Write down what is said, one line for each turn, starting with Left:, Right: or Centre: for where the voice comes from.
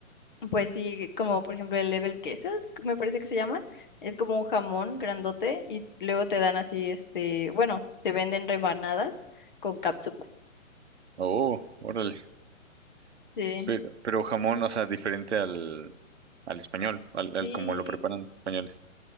Left: pues sí, como por ejemplo el level queso, me parece que se llama, es como un jamón grandote y luego te dan así, este, bueno, te venden rebanadas con cápsula.
Right: Oh, órale.
Left: Sí,
Right: Pero, pero jamón, o sea, diferente al, al español, al, al
Left: sí,
Right: como lo preparan los españoles.